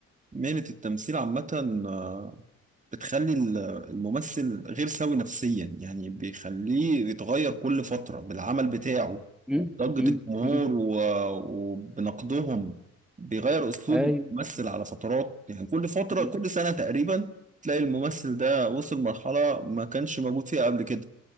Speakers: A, on the right; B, in the centre.
A: مهنة التمثيل عامة آه، بتخلي ال- الممثل غير سوي نفسيا يعني بيخليه يتغير كل فترة بالعمل بتاعه
B: مم،
A: وبضجة
B: مم،
A: الجمهور
B: مم.
A: و- وبنقدهم بيغير أسلوب
B: ايوه
A: الممثل على فترات يعني كل فترة
B: بالظبط
A: كل سنة تقريبا تلاقي الممثل ده وصل مرحلة ما كانش موجود فيها قبل كده